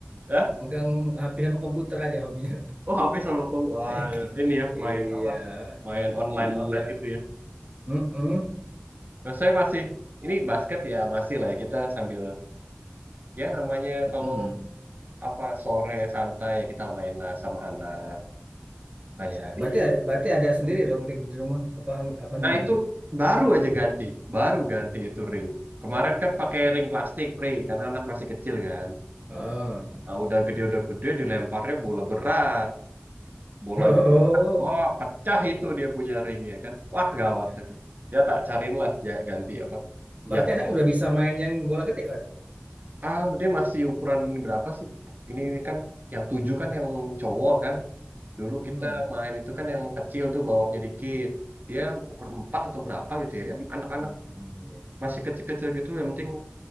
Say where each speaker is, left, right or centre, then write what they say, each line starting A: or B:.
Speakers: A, on the right; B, on the right.
A: Ya.
B: Megang HP sama komputer aja hobinya.
A: Oh, HP sama kamu. Wah,
B: <laughs>
A: ini ya
B: Iya.
A: main apa? Main online-online
B: Iya.
A: gitu ya.
B: Mm-mm.
A: Nah, saya masih ini basket ya masih lah ya kita sambil ya namanya
B: Mm-mm.
A: kalau apa sore santai kita main lah sama anak ngajarin.
B: Iya, berarti berarti ada sendiri dong ring di rumah apa apa
A: Nah
B: gimana?
A: itu baru aja ganti, baru ganti itu ring. Kemarin kan pakai ring plastik, Pri, karena anak masih kecil kan.
B: Oh.
A: Nah, udah gede udah gede dilemparnya bola berat, bolanya
B: <laughs> Oh.
A: berat. wah pecah itu dia punya ringnya kan. Wah gawat
B: Ya.
A: itu. Ya tak cariin lah ya ganti apa
B: Berarti
A: yang
B: anaknya udah bisa main yang bola gede berarti.
A: ah dia masih ukuran berapa sih? Ini kan yang tujuh kan yang cowok kan. Dulu
B: Mm-mm.
A: kita main itu kan yang kecil tuh bawahnya dikit. Dia ukur 4 atau berapa gitu ya. Kan Anak-anak
B: Mm-mm. Iya.
A: masih kecil-kecil gitu yang penting